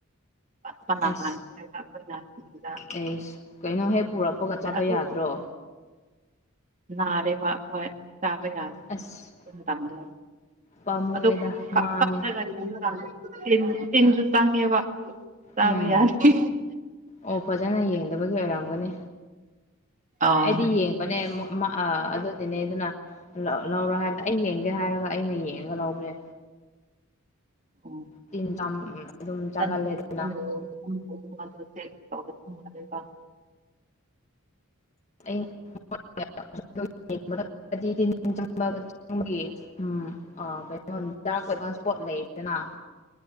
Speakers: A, on the right; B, on the left.
A: ꯀꯥꯅ
B: ꯑꯁ
A: ꯀꯥꯅ <unintelligible> ꯑꯩꯈꯣꯏꯅ
B: ꯑꯦꯁ ꯀꯩꯅꯣ ꯍꯦꯛ ꯄꯨꯔꯛꯄꯒ ꯆꯥꯕ
A: ꯑꯗꯨ
B: ꯌꯥꯗ꯭ꯔꯣ
A: ꯅꯔꯦꯕ ꯑꯩꯈꯣꯏ ꯆꯥꯕ ꯌꯥꯗꯦ
B: ꯑꯁ
A: ꯃꯇꯝꯗꯣ
B: ꯄꯥꯝꯃꯨꯑꯦꯗ
A: <unintelligible>
B: ꯃꯥꯡꯉꯦ
A: ꯇꯤꯟ ꯇꯤꯟꯁꯨ ꯆꯪꯉꯦꯕ ꯆꯥꯕ
B: ꯎꯝ
A: ꯌꯥꯗꯦ
B: ꯑꯣ ꯐꯖꯅ ꯌꯦꯡꯗꯕꯒꯤ ꯑꯣꯏꯔꯝꯒꯅꯤ
A: ꯑꯥ
B: ꯑꯩꯗꯤ ꯌꯦꯡꯕꯅꯦ ꯑꯥ ꯃꯥ ꯑꯗꯨ <unintelligible> ꯂꯧꯔꯣ ꯍꯥꯏꯕꯗ ꯑꯩ ꯌꯦꯡꯒꯦ ꯍꯥꯏꯔꯒ ꯑꯩꯅ ꯌꯦꯡꯉꯒ ꯂꯧꯕꯅꯦ
A: ꯎꯝ
B: ꯇꯤꯟ ꯆꯝ ꯎꯝ ꯑꯗꯨꯝ
A: <unintelligible>
B: ꯆꯥꯒꯜꯂꯦ ꯑꯗꯨꯅ <inaudible> ꯑꯩ
A: <inaudible>
B: <inaudible> <inaudible> ꯇꯤꯟ ꯆꯪꯕꯒ ꯆꯪꯕꯒꯤ ꯎꯝ ꯑꯥ ꯀꯩꯅꯣ ꯗꯥꯔꯛ ꯑꯣꯏꯕ ꯏꯁꯄꯣꯠ ꯂꯩꯌꯦꯗꯅ